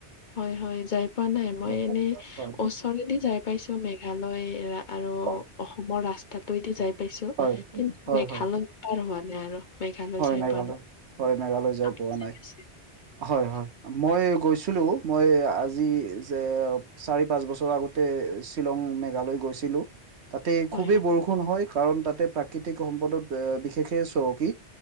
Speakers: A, on the left (about 50°); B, on the right (about 70°).
A: হয়, হয় যাই পোৱা নাই মই
B: হয়
A: এনে,
B: হয়
A: ওচৰেদি যাই পাইছোঁ, মেঘালয়, ৰা আৰু,
B: হয়
A: অসমৰ ৰাস্তাটোৱেদি যাই পাইছোঁ,
B: হয়
A: কিন্তু
B: হয়
A: মেঘালয়ত
B: হয়
A: পাৰ হোৱা নাই আৰু। মেঘালয়
B: হয়
A: যাই
B: মেঘালয়,
A: পোৱা নাই।
B: হয় মেঘালয় যাই
A: আপুনি
B: পোৱা নাই।
A: পাইছে?
B: হয়, হয়, মই গৈছিলোঁ, মই আজি যে চাৰি, পাঁচ বছৰ আগতে শ্বিলং মেঘালয় গৈছিলোঁ। তাতে
A: হয়,
B: খুবেই
A: হয়,
B: বৰষুণ হয়, কাৰণ তাতে প্ৰাকৃতিক সম্পদত বিশেষে চহকী।